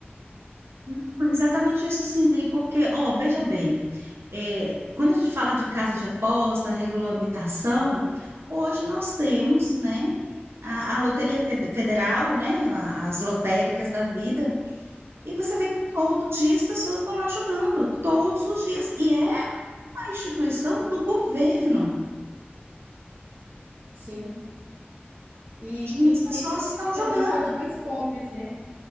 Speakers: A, on the right (about 80°); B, on the right (about 40°).
A: Não, Exatamente isso, Sindri, porque, ó, veja bem, é, quando a gente fala de casa de aposta, regulamentação, hoje nós temos, né, a, a Loteria Fed- Federal, né, a- as lotéricas da vida, e você vê que todo dia as pessoas estão lá jogando, todos os dias, e é uma instituição do governo,
B: Sim. E
A: onde
B: quem
A: as
B: sempre
A: pessoas
B: acredita
A: estão jogando,
B: nisso é os mais pobres, né?